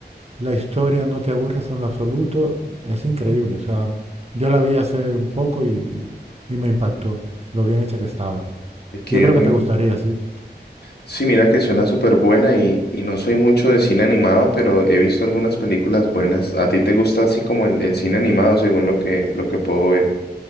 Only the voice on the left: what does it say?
Qué
bueno.
Sí, mira que suena súper buena y, y no soy mucho de cine animado, pero he visto algunas películas buenas. ¿A ti te gusta así como el, el cine animado, según lo que, lo que puedo ver?